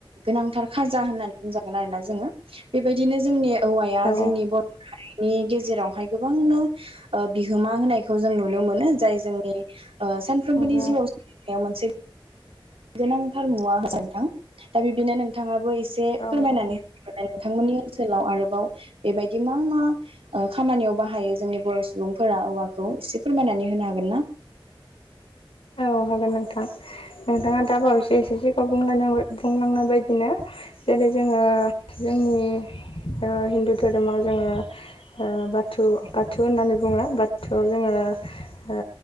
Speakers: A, on the right (about 85°); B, on the left (about 85°).
A: गोनांथार खाजा होननानै बुंजागोन आरोना जोङो बेबायदिनो जोंनि औवाया
B: औ
A: जोंनि बर' हारि नि गेजेरावहाय गोबांनो बिहोमा होनाय - खौ जों नुनो मोनो जाय जोंनि ओ सानफ्रोमबोनि
B: नंगौ
A: जिउआव बेयाव मोनसे गोनांथार मुवा होजोनथां दा बिब्दिनो नोंथाङा बो एसे
B: औ
A: फोरमायनानै
B: नंगौ
A: नोंथांमोननि ओनसो सोलाव आरोबाव बेबायदि मा मा खामानियाव बाहायो जोंनि बर सुबुंफोरा औवाखौ एसे फोरमायनानै होनो हागोन ना
B: औ हागोन नोंथां नोंथाङा दा बावैसो एसे सिगाङावलाय बुंलांनाय बायदिनो जेरै जोङो जोंनि ओ हिन्दु धोरोमाव जोङो ओ बाथु बाथु होननानै बुङो बाथुआव जोङो ओ